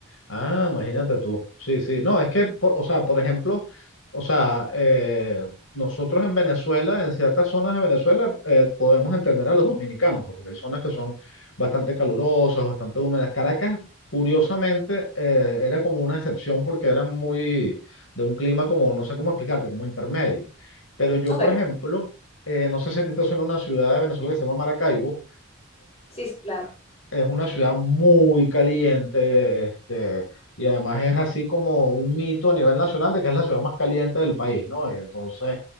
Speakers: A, on the left; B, on the left.
A: Ah, imagínate tú. Sí, sí. No, es que, por- o sea, por ejemplo, o sea, eh, nosotros en Venezuela, en ciertas zonas de Venezuela, eh, podemos entender a los dominicanos, pues, porque hay zonas que son bastante calurosas, bastante húmedas. Caracas, curiosamente, eh, era como una excepción porque era muy de un clima como, no sé cómo explicarte, como intermedio. Pero yo,
B: Ok,
A: por ejemplo, eh, no sé si a ti te suena una ciudad de Venezuela que se llama Maracaibo
B: sí, sí, claro.
A: es una ciudad muy caliente, este, y además es así como un mito a nivel nacional de que es la ciudad más caliente del país, ¿no? Y entonces